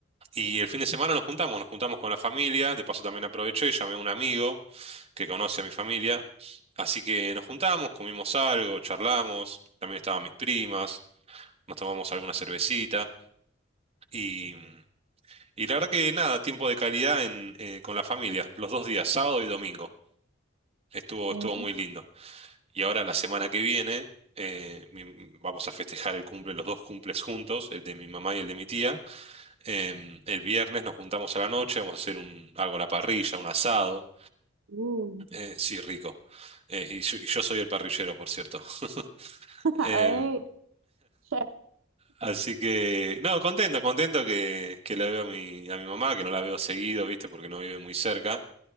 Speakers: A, on the right (about 30°); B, on the right (about 75°).
A: y el fin de semana nos juntamos, nos juntamos con la familia. De paso también aproveché, llamé a un amigo que conoce a mi familia. Así que nos juntamos, comimos algo, charlamos. También estaban mis primas, nos tomamos alguna cervecita. Y, y la verdad que nada, tiempo de calidad en, eh, con la familia, los dos días, sábado y domingo. Estuvo,
B: Eh,
A: estuvo muy lindo. Y ahora la semana que viene eh, mi- vamos a festejar el cumple, los dos cumples juntos, el de mi mamá y el de mi tía. Em, el viernes nos juntamos a la noche, vamos a hacer un, algo a la parrilla, un asado.
B: Uy,
A: Eh, sí, rico. Eh, y, yo, y yo soy el parrillero, por cierto. <laughs>
B: <laughs>
A: Em,
B: ay, chef.
A: así que, no, contento, contento que, que la veo a mi, a mi mamá, que no la veo seguido, ¿viste? Porque no vive muy cerca.